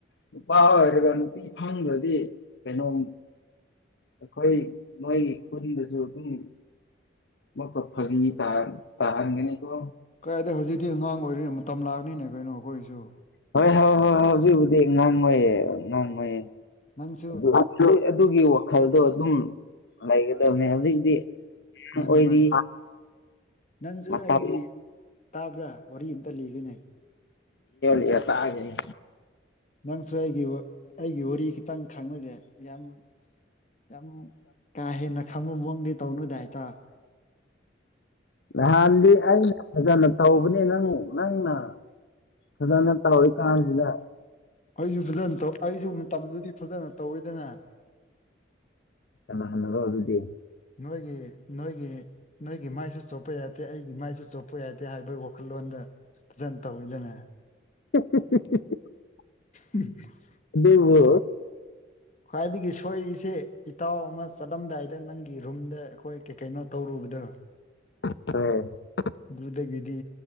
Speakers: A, on the left; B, on the left.
A: ꯅꯨꯄꯥ ꯑꯣꯏꯔꯒ ꯅꯨꯄꯤ ꯐꯪꯗ꯭ꯔꯗꯤ ꯀꯩꯅꯣꯝ ꯑꯩꯈꯣꯏ ꯅꯣꯏꯒꯤ ꯈꯨꯟꯗꯁꯨ ꯑꯗꯨꯝ ꯃꯛꯀ ꯐꯒꯤ ꯇꯥ ꯇꯥꯍꯟꯒꯅꯤꯀꯣ
B: ꯀꯥꯏꯗꯩ ꯍꯧꯖꯤꯛꯇꯤ ꯑꯉꯥꯡ ꯑꯣꯏꯔꯤ ꯃꯇꯝ ꯂꯥꯛꯅꯤꯅꯦ ꯀꯩꯅꯣ ꯑꯩꯈꯣꯏꯁꯨ
A: ꯍꯣꯏ ꯍꯣꯏ ꯍꯣꯏ ꯍꯧꯖꯤꯛꯕꯨꯗꯤ ꯉꯥꯡꯉꯣꯏꯌꯦ ꯉꯥꯡꯉꯣꯏꯌꯦ
B: ꯅꯪꯁꯨ
A: ꯑꯗꯨ ꯑꯗꯨ ꯑꯗꯨꯒꯤ ꯋꯥꯈꯜꯗꯣ ꯑꯗꯨꯝ ꯂꯩꯒꯗꯕꯅꯤ ꯍꯧꯖꯤꯛꯤ
B: ꯃꯥꯅꯤ
A: ꯑꯣꯏꯔꯤ
B: ꯃꯥꯅꯤ ꯅꯪꯁꯨ
A: ꯃꯇꯝ
B: ꯑꯩꯒꯤ ꯇꯥꯕ꯭ꯔꯥ ꯋꯥꯔꯤ ꯑꯃꯝꯇ ꯂꯤꯒꯦꯅꯦ
A: ꯌꯥ ꯇꯒꯤꯅꯤ
B: ꯅꯪꯁꯨ ꯑꯩꯒꯤ ꯑꯩꯒꯤ ꯋꯥꯔꯤ ꯈꯤꯇꯪ ꯈꯥꯡꯂꯒꯦ ꯌꯥꯝ ꯌꯥꯝ ꯀꯥ ꯍꯦꯟꯅ ꯈꯪꯕ ꯃꯑꯣꯡꯗꯤ ꯇꯧꯅꯨꯗꯥ ꯏꯇꯥꯎ
A: ꯅꯍꯥꯟꯗꯤ ꯑꯩꯅ ꯐꯖꯅ ꯇꯧꯕꯅꯤ ꯅꯪ ꯅꯪꯅ ꯐꯖꯅ ꯇꯧꯔꯤꯀꯥꯟꯁꯤꯗ
B: ꯑꯩꯁꯨ ꯐꯖꯅ ꯇꯧ ꯑꯩꯁꯨ ꯃꯇꯝꯗꯨꯗꯤ ꯐꯖꯅ ꯇꯧꯋꯤꯗꯅ
A: ꯆꯅꯥ ꯍꯅꯒ ꯑꯗꯨꯗꯤ
B: ꯅꯣꯏꯒꯤ ꯅꯣꯏꯒꯤ ꯅꯣꯏꯒꯤ ꯃꯥꯏꯁꯨ ꯆꯣꯞꯄ ꯌꯥꯗꯦ ꯑꯩꯒꯤ ꯃꯥꯏꯁꯨ ꯆꯣꯞꯄ ꯌꯥꯗꯦ ꯍꯥꯏꯕꯒꯤ ꯋꯥꯈꯜꯂꯣꯟꯗ ꯑꯦꯛꯖꯥꯝ ꯇꯧꯋꯤꯗꯅ
A: <unintelligible>
B: ꯎꯝ <unintelligible>
A: ꯑꯗꯨꯕꯨ
B: ꯈ꯭ꯋꯥꯏꯗꯒꯤ ꯁꯣꯏꯔꯤꯁꯦ ꯏꯇꯥꯎ ꯑꯃ ꯆꯠꯂꯝꯗꯥꯏꯗ ꯅꯪ ꯔꯨꯝꯗ ꯑꯩꯈꯣꯏ ꯀꯩ ꯀꯩꯅꯣ ꯇꯧꯔꯨꯕꯗꯣ
A: ꯍꯣꯏ
B: ꯑꯗꯨꯗꯒꯤꯗꯤ